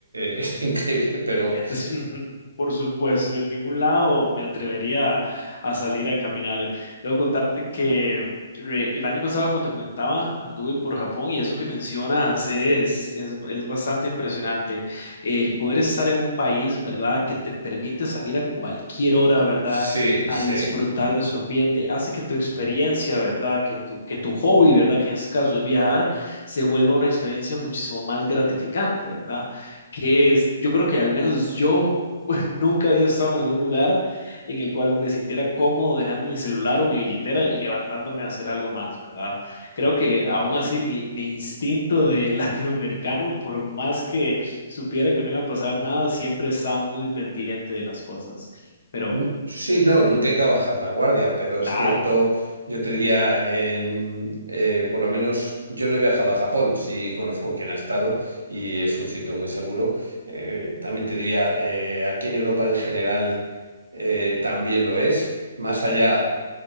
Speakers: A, on the left (about 65°); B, on the right (about 85°).
A: <laughs>
B: eh, <laughs> es
A: <laughs>
B: increíble, pero
A: Es un- Por supuesto, en ningún lado me atrevería a salir a caminar. Debo contarte que re- el año pasado, como te comentaba, anduve por Japón y eso que mencionas es, es, es bastante impresionante. El poder estar en un país, ¿verdad?, que te permite salir a cualquier hora, ¿verdad?,
B: sí,
A: a
B: sí.
A: disfrutar de su ambiente, hace que tu experiencia, ¿verdad?, que tu, que tu hobby, ¿verdad?, que en este caso es viajar, se vuelva una experiencia muchísimo más gratificante, ¿verdad? que es, yo creo que al menos yo <laughs> nunca había estado en algún lugar en el cual me sintiera cómodo dejando mi celular o mi billetera y levantándome a hacer algo más, ¿verdad? Creo que aún así mi, mi instinto de <laughs> latinoamericano, por más que supiera que no iba a pasar nada, siempre estaba muy pendiente de las cosas. Pero
B: N- Sí, no, nunca hay que bajar la guardia, pero
A: claro,
B: es cierto, yo te diría, en, eh, por lo menos yo no he viajado a Japón, sí conozco
A: ujú,
B: quién ha estado y es un sitio muy seguro. Eh, también te diría, eh, aquí en Europa en general eh, también lo es. Más allá.